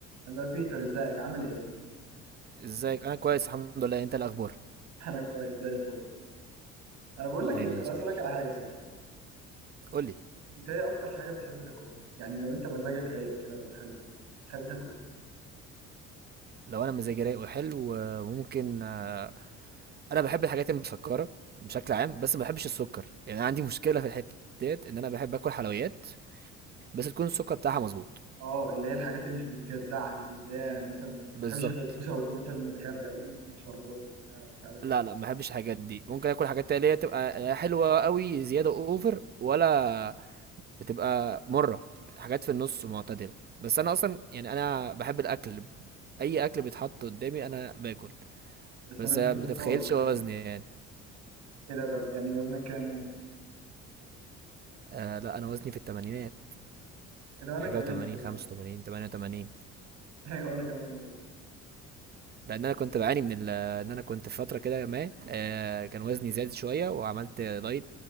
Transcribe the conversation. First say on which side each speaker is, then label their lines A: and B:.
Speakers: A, on the right (about 65°); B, on the right (about 35°).
A: اللي هو بيتر ازيك عامل ايه
B: ازيك انا كويس الحمد لله انت إيه الاخبار
A: <laughs> انا كويس زي الفل انا بقول لك
B: دايما
A: ايه كنت
B: يا صديقي
A: عايز اقول لك على حاجه صح
B: قول لي
A: انت ايه اكتر حاجه بتحب تاكلها يعني لو انت مزاجك رايق كده وحلو بتحب تاكل ايه
B: لو انا مزاجي رايق وحلو آه، ممكن آه، انا بحب الحاجات المسكره بشكل عام بس ما بحبش السكر يعني أنا عندي مشكله في الحته ديت ان انا بحب اكل حلويات بس تكون السكر بتاعها مظبوط
A: اه اللي هي الحاجات اللي مش بتجزعك دي اللي هي يعني مثلا ما
B: بالظبط
A: بتحبش البسبوسه والكنافه اللي متغرقين شربات وبتاع ومش عارف
B: لا
A: ايه
B: لا ما بحبش الحاجات دي ممكن اكل حاجات اللي هي تبقى لا حلوه قوي زياده اوفر ولا بتبقى مره حاجات في النص معتدله بس انا اصلا يعني انا بحب الاكل اي اكل بيتحط قدامي انا باكل
A: بس
B: بس
A: انا مش
B: آه،
A: كده
B: ما تتخيلش
A: خالص
B: وزني يعني
A: ايه ده طب يعني وزنك كام ممكن
B: آه لا انا وزني في الثمانينات
A: ايه ده وانا
B: حاجه
A: كمان
B: و80
A: تصدق
B: 85 88
A: <laughs> ايوه وانا كمان برضه
B: لان انا كنت بعاني من ال- آه، ان انا كنت في فتره كده ما آه كان وزني زاد شويه وعملت دايت